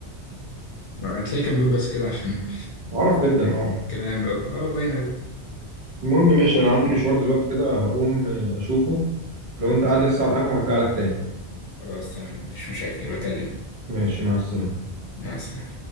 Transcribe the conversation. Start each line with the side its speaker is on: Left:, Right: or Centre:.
Left: آه، هتلاقيه كان بيقول بس كده عشان
Right: معرف جدا اه
Left: <laughs> كلام بقى اه باين أوي
Right: المهم ماشي انا عندي مشوار دلوقتي كده هقوم آه، اشوفه لو انت قاعد لسه على القهوة هرجع لك تاني
Left: خلاص تمام مفيش مشاكل بكلمك
Right: ماشي مع السلامة
Left: مع السلامة